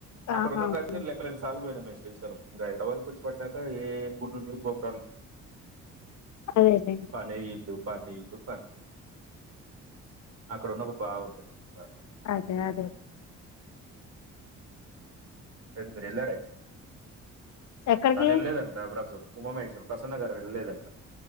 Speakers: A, on the right; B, on the left.
A: అక్కడున్నపుడైతే
B: ఆహా
A: లెక్క లెన్నిసార్లు పోయినం మేమ్ శ్రీశైలం ఇంగా హైదరాబాద్కి వచ్చిపడ్డాక ఏ గుల్లు లేవ్ గోపురాలేవ్
B: అదేలేండి
A: పనే ఇల్లు పని ఇల్లు బట్ అక్కడ ఉన్నప్పుడు బావుండే బ
B: అదే అది
A: అయితే మీరు యెళ్లారైతే
B: ఎక్కడికి
A: తను యెళ్లెదంటా అప్పుడు అసలు ఉమామహేశ్వర్ ప్రసన్న గారు వెళ్ళలేందట